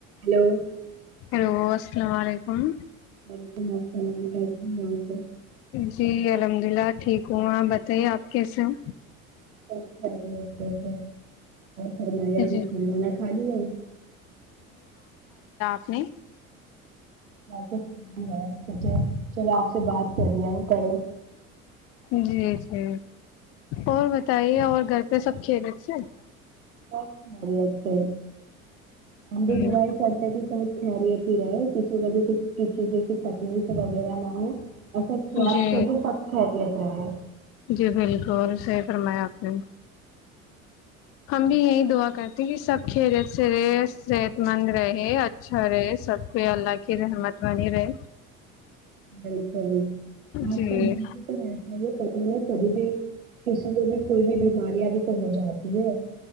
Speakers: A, on the right; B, on the left.
A: ہلو
B: <inaudible> رو السلام علیکم
A: وعلیکم السلام کیس ہیں
B: جی الحمد للہ ٹھیک ہوں آ بتائیے آپ کیسے ہو
A: ا خری ا س اور فرم اپنے
B: جی
A: کھانے والا کھا لیے
B: نہیں
A: تو سچ چل آپ سے بات کر رہی ہوں کریں
B: جی جی اور بتائیے اور گھر پہ سب کھیلے تھے
A: سپ میا پ ہم تو دعائی
B: جی
A: کرتے کہ سبید کھیلیاتی رہے کھی کچھ چیزیں کی تکلی وغیرہ نہ ہو سب سواستھ
B: جی
A: پہ بھی سب خیریت رہے
B: جی بالکل صحی فرمایا آپ ہوں ہم بھی یہی دعا کرتے کہ سب کھیلے سے رے صحت مند رہے اچھا رہے سب پ اللہ کی رحمت بنی رہے
A: بالکل آج
B: جی
A: کا یوگ بھی تو ایسا یہ پتا ہے کبھی بھی کسی کو بھی کوئی بھی بیماریاں بھی تو ہو جاتی ہے